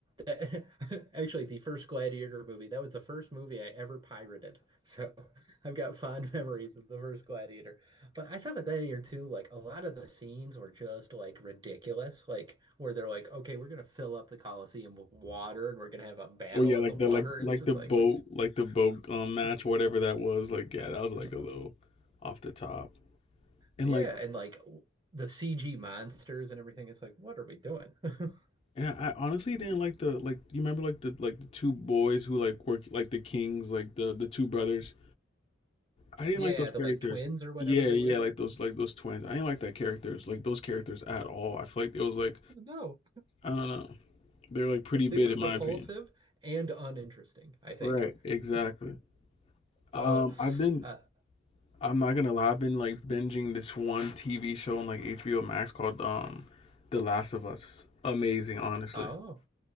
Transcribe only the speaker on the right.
That, <laughs> actually, the first Gladiator movie, that was the first movie I ever pirated. So <laughs> I've got fond memories of the first Gladiator. But I thought the Gladiator 2, like a lot of the scenes were just like ridiculous, like where they're like, okay, we're gonna fill up the Colosseum with water and we're gonna have a battle
in the water.
And
it's just
like,
"Uh,
yeah,
and like w- the CG monsters and everything. It's like, what are we doing? <laughs>
Yeah,
the like twins or whatever
they
were.
No.
They were
repulsive
and uninteresting, I think.
Uh,
uh,
oh,